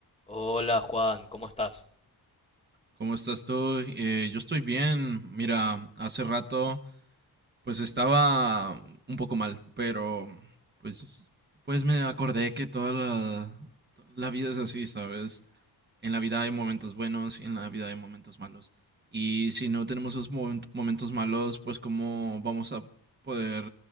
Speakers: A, on the left (about 15°); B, on the right (about 25°).
A: Hola Juan, ¿cómo estás?
B: ¿Cómo estás tú? Eh, yo estoy bien. Mira, hace rato pues estaba un poco mal, pero pues pues me acordé que toda la, la vida es así, ¿sabes? En la vida hay momentos buenos y en la vida hay momentos malos. Y si no tenemos esos momen- momentos malos, pues cómo vamos a poder